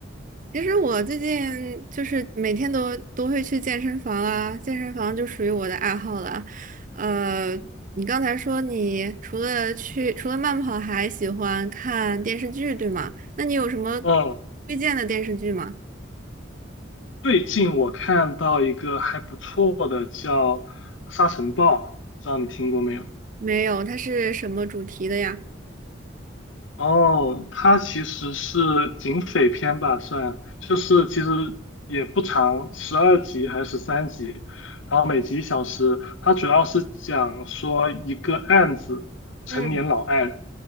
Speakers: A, on the right; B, on the left.
A: 其实我最近就是每天都都会去健身房啊，健身房就属于我的爱好了。呃，你刚才说你除了去除了慢跑，还喜欢看电视剧，对吗？那你有什么
B: 嗯，
A: 推荐的电视剧吗？
B: 最近我看到一个还不错的叫《沙尘暴》，不知道你听过没有？
A: 没有，它是什么主题的呀？
B: 哦，它其实是警匪片吧，算，就是其实也不长，十二集还是十三集，然后每集一小时。它主要是讲说一个案子，陈年老案，
A: 嗯。